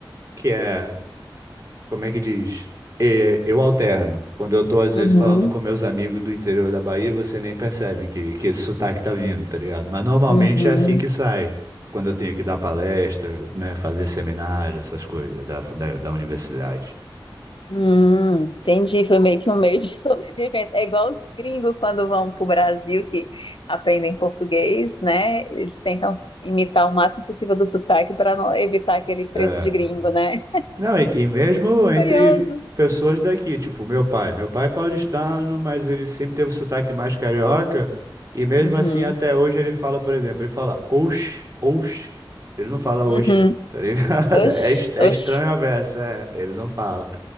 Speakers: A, on the right; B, on the left.
A: que é como é que diz? É, eu alterno. Quando eu tô, às vezes,
B: uhum,
A: falando com meus amigos do interior da Bahia, você nem percebe que, que esse sotaque tá vindo, tá ligado? Mas normalmente
B: uhum,
A: é assim que sai. Quando eu tenho que dar palestra, né, fazer seminário, essas coisas da, da, da universidade.
B: uhum. Entendi, foi meio que um meio de <laughs> sobrevivência. É igual os gringos quando vão para o Brasil que aprendem português, né? Eles tentam imitar o máximo possível do sotaque para não evitar aquele preço
A: É,
B: de gringo, né?
A: Não, e, e mesmo entre
B: <laughs> Curioso.
A: pessoas daqui, tipo meu pai. Meu pai é paulistano, mas ele sempre teve o sotaque mais carioca. E mesmo
B: Uhum,
A: assim, até hoje ele fala, por exemplo, ele fala oxe, oxe. Ele não fala oxe,
B: uhum.
A: tá ligado? <laughs>
B: Oxe,
A: É, es- é
B: oxe.
A: estranho a versa, é. Ele não fala.